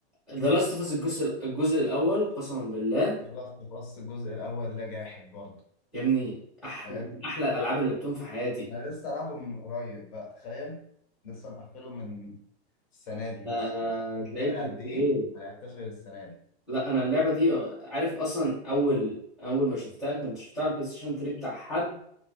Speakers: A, in the centre; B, on the left (about 35°).
A: ذا لاست اوف اس الجزء الجزء الاول قسما بالله
B: خلاص بص الجزء الأول ده جاحد برضه
A: يا ابني احلى
B: لعب
A: احلى الالعاب اللي لعبتهم في حياتي
B: أنا لسه لعبه من قريب بقى تخيل لسه مقفله من السنة دي
A: آه،
B: مثلا يعني بقالها
A: تلاقيك كنت
B: قد إيه؟
A: ايه
B: ما لعبتهاش غير السنة دي
A: لا انا اللعبه دي عارف اصلا اول اول ما شفتها كنت شفتها على البلاي ستيشن 3 بتاع حد